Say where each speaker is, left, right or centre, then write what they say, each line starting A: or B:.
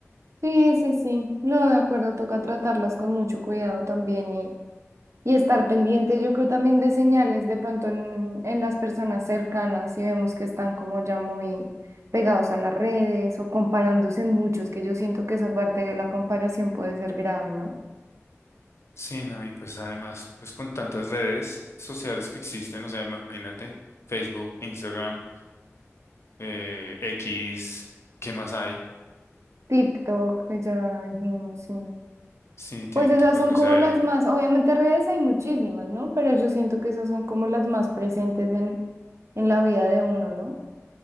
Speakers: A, on the right; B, on the left.
A: Sí, sí, sí. No, de acuerdo, toca tratarlas con mucho cuidado también Y estar pendiente, yo creo también de señales de pronto en, en las personas cercanas, si vemos que están como ya muy pegados a las redes o comparándose mucho, es que yo siento que esa parte de la comparación puede ser grave, ¿no?
B: Sí, no, y pues además, pues con tantas redes sociales que existen, o sea, imagínate, Facebook, Instagram, eh, X, ¿qué más hay?
A: TikTok, que ya dijimos, sí.
B: Sí, TikTok,
A: Pues esas son
B: o
A: como
B: sea, hay-
A: las más, obviamente redes hay muchísimas, ¿no? Pero yo siento que esas son como las más presentes en, en la vida de uno, ¿no?